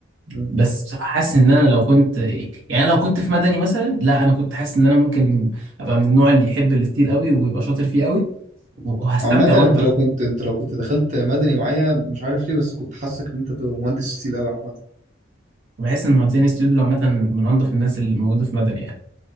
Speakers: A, on the right (about 40°); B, on the right (about 85°).
A: مم.
B: بس بصراحه حاسس ان انا لو كنت يعني لو كنت في مدني مثلا لا انا كنت حاسس ان انا ممكن ابقى من النوع اللي يحب الستيل قوي ويبقى شاطر فيه قوي وهستمتع
A: عامة
B: وانا
A: انت
B: بعمل
A: لو كنت انت لو كنت دخلت مدني معايا مش عارف ليه بس كنت حاسك ان انت تبقى مهندس ستيل قوي عامة
B: بحس ان مهندسين الستيل دول عامه من انظف الناس اللي موجوده في مدني يعني